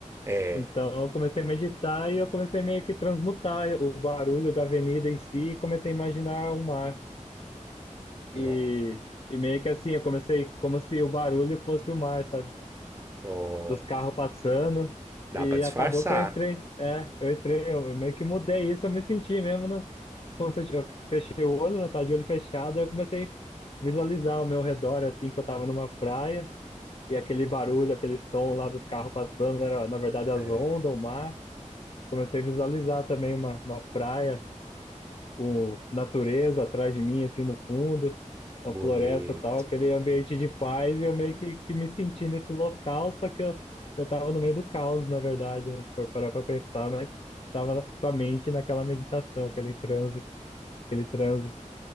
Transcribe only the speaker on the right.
é,
não.
Ó,
dá
pra disfarçar.
É,
bonito.